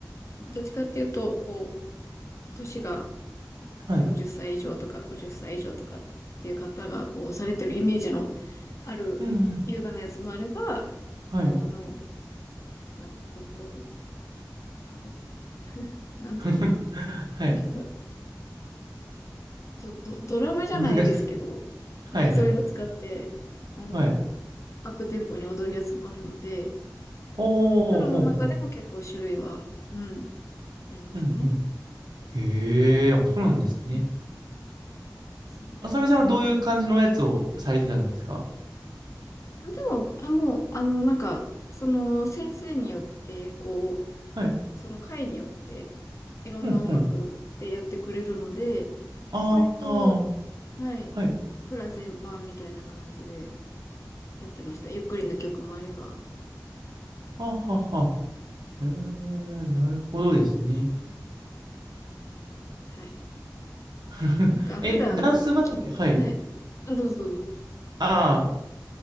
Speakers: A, on the left; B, on the right.
A: う、どっちかっていうと、こう、年が
B: はい。
A: 40歳以上とか50歳以上とかっていう方が、こう、されてるイメージのある優雅なやつもあれば、
B: うん、うん。はい。
A: こう、あの、なこう、こうあの、なんていうの、
B: <laughs>
A: <laughs>
B: はい。
A: なんかちょド、ドラムじゃないですけど、
B: 難しそう。はいはい。
A: なんかそういうの使って、あの、
B: はい。
A: アップテンポに踊るやつもあるので、
B: ほ
A: フラの中でも結構種類は、
B: うほうほう。
A: うん、ありますね。
B: うんうん。へえ、あ、そうなんですね。
A: うん、そうなんです。
B: あさみさんはどういう感じのやつをされてたんですか
A: でも、あ、もう、あの、なんか、その先生によって、こう、
B: はい。
A: その会によって、いろんな音楽でやってくれるので、
B: うんうん。ああ、
A: 割と、はい、
B: はい。
A: フラ全般みたいな感じでやってました。ゆっくりな曲もあれば、
B: ははは。へえ、なるほどですね。
A: はい。
B: <laughs>
A: なんか普段、
B: え、ダンス畑、はい。
A: はい。あ、どうぞどうぞ。
B: ああ、